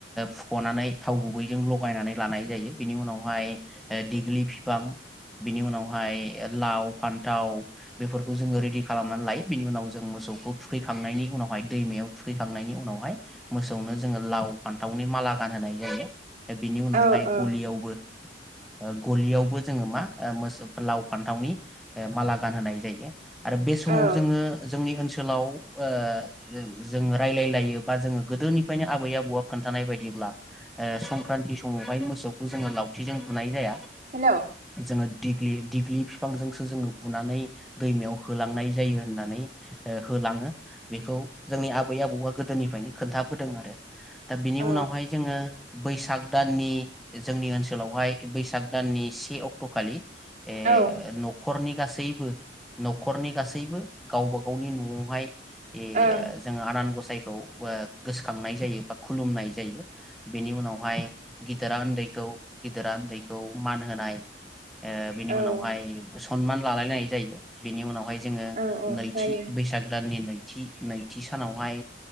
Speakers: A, in the centre; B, on the right (about 45°).
A: फुख'नानै थाव गुबैजों लगायनानै लानाय जायो बिनि उनावहाय ए दिगलि फिफां बिनि उनावहाय लाव फान्थाव बेफोरखौ जोङो रेडि खालामनानै लायो बिनि उनाव जों मोसौखौ थुखैखांनायनि उनावहाय दैमायाव थुखैखांनायनि उनावहाय मोसौनो जोङो लाव फान दाउनि माला गानहोनाइ <inaudible> बिनि उनावहाय
B: औ औ
A: गलियावबो ओ गलियावबो जोङो मा ओ मोसौ लाव फान्थावनि माला गानहोनाय जायो। आरो बे समाव
B: औ
A: जोङो जोंनि ओनसोल सोलाव ओ जोङो रायजलायलायो बा जोङो गोदोनिफ्रायनो आबै आबौआ खोन्थानाय बायदिब्ला ओ संक्रान्तथि समावहाय मोसौखौ जोङो लावथिजों बुनाय जाया।
B: हेलौ
A: जोङो दिग्लि दिग्लि बिफांजोंसो जोङो बुनानै दैमायाव होलांनाय जायो होननानै ओ होलाङो बेखौ जोंनि आबै आबौआ गोदोनिफ्रायनो खोन्थाबोदों आरो दा बिनि
B: अ
A: उनावहाय जोङो बैसाग दाननि जोंनि ओनसोलावहाय बैसाग दाननि से अक्टखालि ए
B: औ ओं
A: न खरनि गासैबो नखरनि गासैबो गावबा गावनि नआवहाय ए
B: औ
A: जोङो आनान गसाइ खौ ओ गोसोखांनाय जायो बा खुलुमनाय जायो। बेनि उनावहाय थोरा उन्दैखौ गिदिरा उन्दैखौ मान होनाय ओ बिनि
B: औ
A: उनावहाय मोसौ सनमान लालायनाय जायो बिनि उनावहाय जोङो
B: औ औ
A: नैथि
B: जायो
A: बैसाग दाननि नै थि नैथि सानावहाय